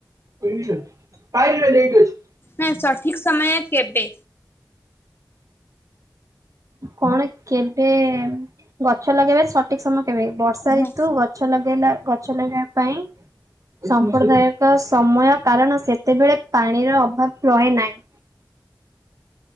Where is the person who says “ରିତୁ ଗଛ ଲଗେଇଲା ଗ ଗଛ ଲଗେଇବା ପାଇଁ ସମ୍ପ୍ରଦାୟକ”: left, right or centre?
Right